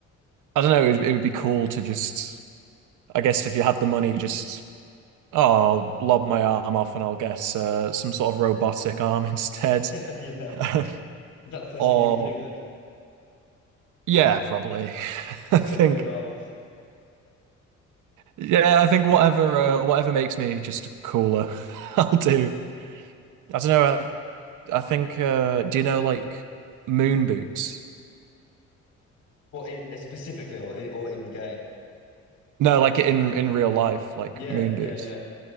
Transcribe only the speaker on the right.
I don't know. It, would- it would be cool to just, I guess, if you had the money, just oh, I'll lob my arm off and I'll get uh, some sort of robotic arm <laughs> instead,
<laughs>
or
yeah, probably. <laughs> I
think
yeah, I think whatever uh, whatever makes me just cooler, <laughs> I'll do. I don't know. I, I think uh do you know like moon boots?
No, like in in real life, like
moon
boots.